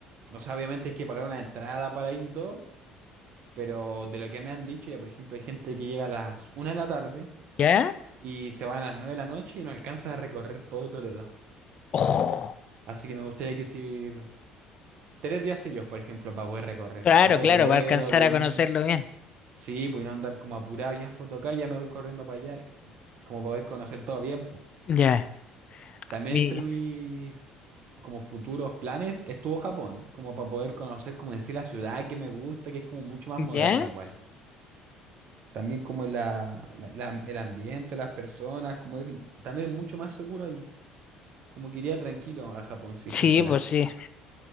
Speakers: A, on the right; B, on the left.
A: o sea, obviamente hay que pagar una entrada para ir y todo, pero de lo que me han dicho, ya por ejemplo, hay gente que llega a las una de la tarde
B: ¿Ya?
A: y se van a las 9 de la noche y no alcanzan a recorrer todo Toledo.
B: Oh,
A: Así que me gustaría que si Tres días seguidos, por ejemplo, para poder recorrer
B: claro,
A: todo
B: claro,
A: Toledo
B: para alcanzar
A: bien.
B: a conocerlo bien.
A: Sí, pues y no andar como apurado, ya foto acá, ya me voy corriendo para allá, como para poder conocer todo bien, pues.
B: Ya,
A: También
B: mi-
A: entre mis como futuros planes estuvo Japón, como para poder conocer, como decir, la ciudad que me gusta, que es como mucho más
B: ¿ya?
A: moderno igual. También como la, la- la- el ambiente, las personas, como es, también es mucho más seguro ahí. Como que iría tranquilo a Japón si
B: Sí,
A: es que fuera.
B: pues sí.